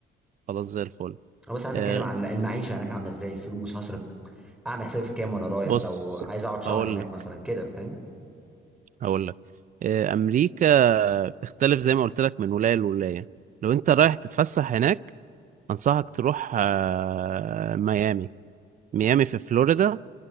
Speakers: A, on the right (about 40°); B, in the centre.
A: خلاص زي الفل
B: انا بس عايز
A: آه،
B: اتكلم عن المعيشه هناك عامله ازاي الفلوس هصرف اعمل حسابي في كام وانا رايح
A: بص
B: لو عايز اقعد شهر
A: هقول
B: هناك مثلا كده فاهم
A: هقول لك آه، امريكا بتختلف زي ما قلت لك من ولايه لولايه لو انت رايح تتفسح هناك انصحك تروح آه، ميامي ميامي في فلوريدا